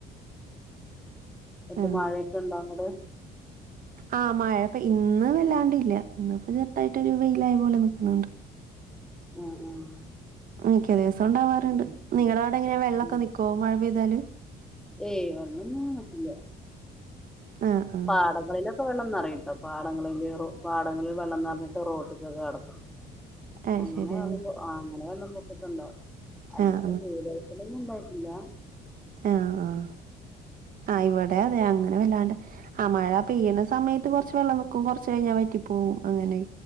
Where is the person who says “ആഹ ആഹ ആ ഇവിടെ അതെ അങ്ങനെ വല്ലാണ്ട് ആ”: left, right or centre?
Right